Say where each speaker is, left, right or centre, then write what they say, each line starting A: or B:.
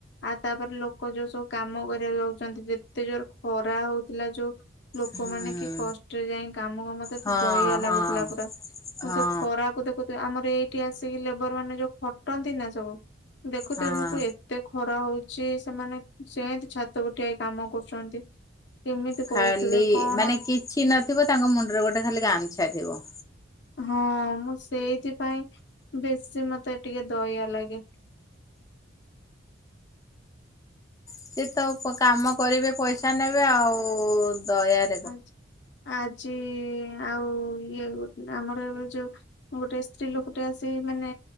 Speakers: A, on the left (about 60°); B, on the left (about 15°).
A: ଆଉ ତାପରେ ଲୋକ ଯୋଉ ସବୁ କାମ କରିବାକୁ ଯାଉଛନ୍ତି ଯେତେ ଜୋର ଖରା ହଉଥିଲା ଯୋଉ। ଲୋକମାନେ
B: ହୁଁ
A: କି କଷ୍ଟରେ ଯାଇ କାମକୁ ମତେ ଏତେ
B: ହଁ
A: ଦୟା ଲାଗୁଥିଲା
B: ହଁ
A: ପୁରା। ମୁଁ
B: ହଁ
A: ସେ ଖରାକୁ ଦେଖୁ ଥିବି ଆମର ଏଇଠି ଆସିକି ଲେବର ମାନେ ଯୋଉ ଖଟନ୍ତି ନା ସବୁ। ଦେଖୁ
B: ହଁ।
A: ଥିବି ମୁଁ କୁଏ। ଏତେ ଖରା ହଉଛି ସେମାନେ ସେଁତି ଛାତ ଉପରେ ଠିଆହେଇ କାମ କରୁଛନ୍ତି। କେମିତି
B: ଖାଲି
A: କରୁଥିବେ କଣ
B: ମାନେ କିଛି ନଥିବ ତାଙ୍କ ମୁଣ୍ଡରେ ଗୋଟେ ଖାଲି ଗାମଛା ଥିବ।
A: ହଁ ମୁଁ ସେଇଥିପାଇଁ ବେଶୀ ମତେ ଟିକେ ଦୟଆ ଲାଗେ।
B: ସିଏ ତ କାମ କରିବେ ପଇସା ନେବେ ଆଉ ଦୟା।
A: ଆ ଆଜି ଆଉ ଇଏ ଗୋ ଆମର ଏବେ ଯୋଉ। ଗୋଟେ ସ୍ତ୍ରୀ ଲୋକଟେ ଆସି ମାନେ।